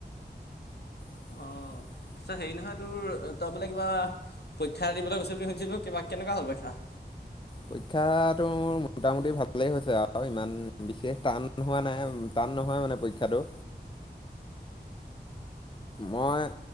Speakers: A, on the left; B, on the left.
A: <unintelligible>
B: অঁ হেৰি নহয় তোৰ তই বোলে কিবা পৰীক্ষা দিবলৈ গৈছে বুলি শুনিছিলোঁ কিবা কেনেকুৱা হ'ল পৰীক্ষা?
A: পৰীক্ষাটোৰ মোটামুটি ভালেই হৈছে আৰু ইমান বিশেষ টান হোৱা নাই আৰু। টান নহয় মানে পৰীক্ষাটো। মই